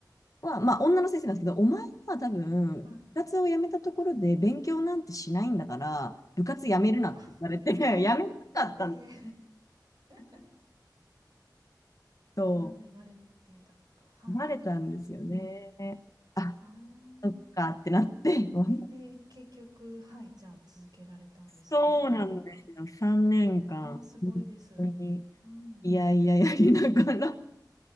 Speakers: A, on the left; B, on the right.
A: は、まあ、女の先生なんですけど、お前は多分、
B: はい。
A: 部活を辞めたところで勉強なんてしないんだから、部活辞めるなって言われて、
B: <laughs> あ、
A: <laughs> 辞めなかった
B: ええ <laughs>
A: と、
B: なぜバレていたのか。はい、
A: 慣れたんですよね。
B: そうなんだ。
A: あ、
B: ああ。
A: そっかってなって、<laughs> わ
B: えー、で、結局、はい、じゃあ続けられたんですか
A: そうなんですよ。
B: ?3 年間。
A: 3年間、
B: ああ、すごいです。
A: 本当に、
B: うん。
A: いやいややりながら、